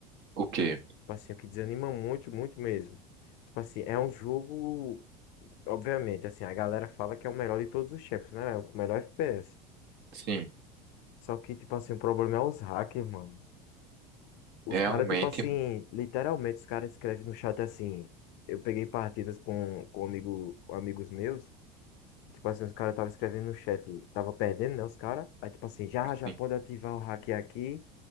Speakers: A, on the right (about 60°); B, on the left (about 60°).
A: O quê?
B: Tipo assim, o que desanima muito, muito mesmo. Tipo assim, é um jogo, obviamente, assim, a galera fala que é o melhor de todos os tempos, né? É o melhor FPS.
A: Sim,
B: Só que, tipo assim, o problema é os hackers, mano. Os
A: realmente
B: caras, tipo assim, literalmente, os caras escrevem no chat assim. Eu peguei partidas com, com um amigo, com amigos meus, que, tipo assim, os caras estavam escrevendo no chat, tava perdendo, né, os caras. Aí, tipo assim, já, já
A: Sim.
B: pode ativar o hack aqui.